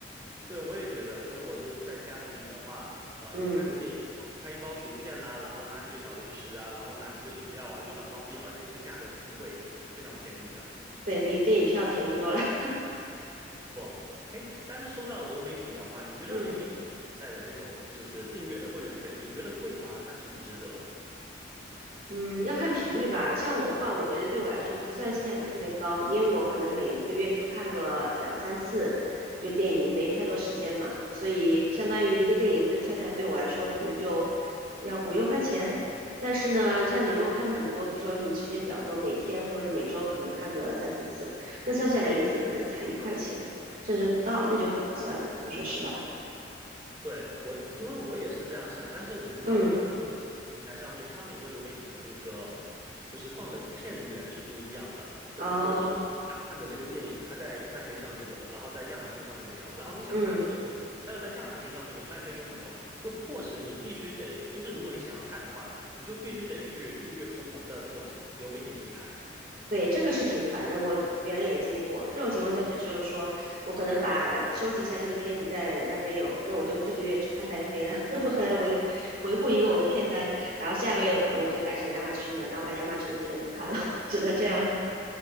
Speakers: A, on the right; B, on the right.
A: 对，我也觉得，就是我就在家里面的话，呃，
B: 嗯，
A: 你看个电影，开一包薯片呐、然后拿几个小零食啊，然后拿几个饮料啊，就很方便，而且那个价格是不贵的，是非常便宜的。
B: 对比电影票便宜多了。<laughs>
A: 错，哎，但是说到流媒体的话，你觉得流媒体带的这种就是订阅的会员费，
B: 嗯。
A: 你觉得贵吗？它值不值得？
B: 嗯，要看频率吧。像我的话，我觉得对我来说不算性价比特别高，因为我可能每个月就看个两三次，就电影没太多时间嘛，所以相当于一个电影对算下来对我来说可能就要五六块钱。但是呢，像你如果看的很多，比如说你时间比较多，每天或者是每周可能看个三四次，那算下来一次可能才一块钱，甚至不到，那就很划算了，你说是吧？
A: 对，我，因为我也是这样想，但是你知道，
B: 嗯，
A: 因为很多平台上面，它每个流媒体的那个就是放的片源是不一样的。呃有的时候你想看的这个电影，
B: 哦，
A: 它在奈飞上面有，然后在亚马逊上面没有，然后你想看的这个东，
B: 嗯。
A: 它又在亚马逊上面有，奈飞又没有，就迫使你必须得，就是如果你想要看的话，你就必须得去订阅不同的这种流媒体平台。
B: 对，这个是挺烦的，我原来也经历过。这种情况下，就只有说我可能把收集一下这个片子在奈飞有，那我就这个月只看奈飞的，<laughs> 我可能维维护一个我的片单，然后下个月可能我就改成亚马逊的，然后把亚马逊的片子看了，<laughs> 只能这样。